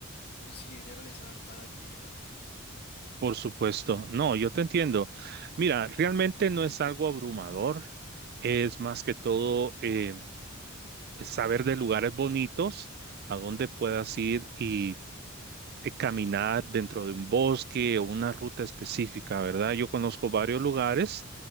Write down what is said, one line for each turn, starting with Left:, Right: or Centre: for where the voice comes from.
Left: consideré realizar tal actividad,
Right: Por supuesto. No, yo te entiendo. Mira, realmente no es algo abrumador. Es más que todo... eh, saber de lugares bonitos a donde puedas ir y eh, caminar dentro de un bosque o una ruta específica, ¿verdad? Yo conozco varios lugares